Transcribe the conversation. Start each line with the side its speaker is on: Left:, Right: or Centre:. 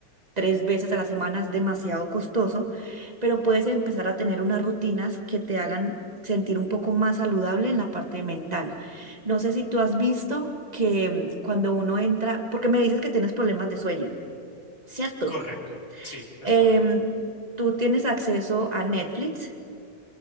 Right: tres veces a la semana, es demasiado costoso, pero puedes empezar a tener unas rutinas que te hagan sentir un poco más saludable en la parte mental. No sé si tú has visto que mm, cuando uno entra, porque me dices que tienes problemas de sueño, ¿cierto?
Left: Correcto, sí, es
Right: Em,
Left: correcto.
Right: tú tienes acceso a Netflix.